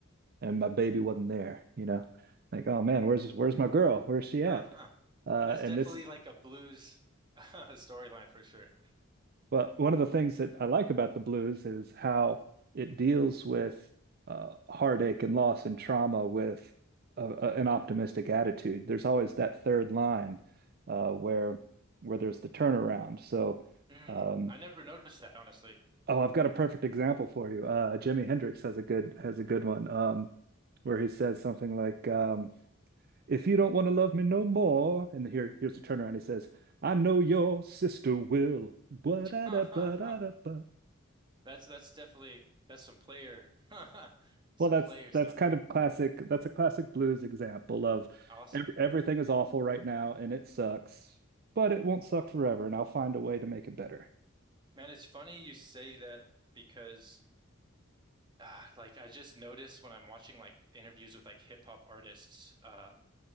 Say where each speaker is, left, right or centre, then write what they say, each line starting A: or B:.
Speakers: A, on the right; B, on the right.
A: and my baby wasn't there, you know. Like, oh man,
B: hmm
A: where's where's my girl? Where's she at?
B: Huh, huh. <laughs>
A: Uh,
B: That's
A: and
B: definitely
A: this
B: like a blues <laughs> storyline for sure.
A: Well, one of the things that I like about the blues is how it deals with uh, heartache and loss and trauma with a, a, an optimistic attitude. There's always that third line uh, where where there's the turnaround. So,
B: Mm.
A: um,
B: I never noticed that honestly. <laughs>
A: oh, I've got a perfect example for you. Uh, Jimi Hendrix has a good has a good one um, where he says something like, um, "If you don't want to love me no more," and here here's the turnaround. He says, "I know your sister will." Ba-da-da,
B: Huh, huh,
A: ba-da-da,
B: huh.
A: ba.
B: That's that's definitely that's some player <laughs> some
A: Well, that's
B: player stuff.
A: that's kind of classic. That's a classic blues example of
B: Awesome.
A: ev everything is awful right now and it sucks, but it won't suck forever, and I'll find a way to make it better.
B: Man, it's funny you say that because uh, like I just noticed when I'm watching like interviews with like hip hop artists, um,